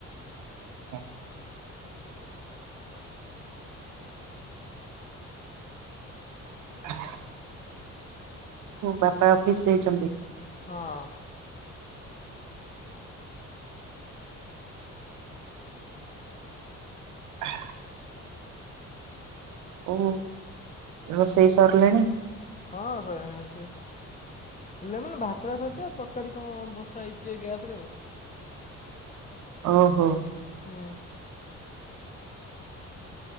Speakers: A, on the right (about 80°); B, on the left (about 25°).
A: ହଁ। <unintelligible> ବାପା ଅଫିସ ଯାଇଛନ୍ତି।
B: ହଁ।
A: <inaudible> ଓହ ରୋଷେଇ ସରିଲାଣି।
B: ହଁ ସଇଲାଣି ରୋଷେଇ ଲେ ମେନ୍ ଭାତଟା ସରିଚି ଆଉ ତ ରକାରି କଣ ବଷାହେଇଛି ଏଇ ଗ୍ୟାସରେ ଆଉ।
A: ଓହୋ।
B: ହୁଁ।